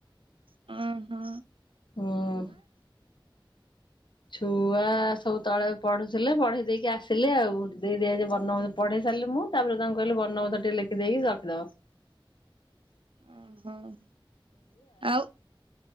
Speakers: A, on the right; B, on the left.
A: ହଁ ହଁ।
B: ହଁ। ଛୁଆ ସବୁ ତଳେ ପଢୁଥିଲେ ପଢେଇ ଦେଇକି ଆସିଲେ ଆଉ ଦେଇଦେଇ ଆଇଛି ବର୍ଣ୍ଣବୋଧ ପଢେଇ ସାରିଲି ମୁଁ ତାପରେ ତାଙ୍କୁ କହିଲି ବର୍ଣ୍ଣବୋଧ ଟିକେ ଲେଖିଦେଇକି ରଖିଦବ।
A: ଅହ ଆଉ